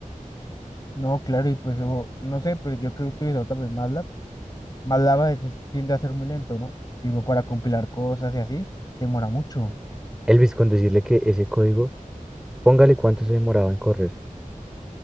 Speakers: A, on the left; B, in the centre.
A: No, claro, y pues o- no sé, pero yo que he utilizado también MATLAB Malava a veces tiende a ser muy lento, ¿no? Tipo, para compilar cosas y así, se demora mucho.
B: Elvis, con decirle que ese código, póngale cuánto se demoraba en correr.